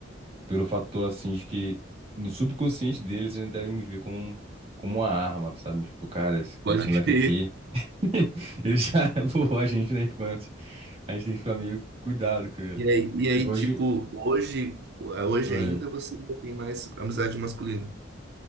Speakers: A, on the right (about 30°); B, on the right (about 55°).
A: pelo fator assim de que no subconsciente deles eles devem me ver como, um, como uma arma, sabe? Tipo, cara, esse, quando
B: Pode
A: esse moleque
B: crer.
A: aqui, <laughs> ele já <laughs> borrou a gente na infância. A gente tem que ficar meio cuidado com ele.
B: E aí, e aí,
A: E hoje.
B: tipo, hoje, hoje
A: Oi.
B: ainda você ainda tem mais amizade masculina.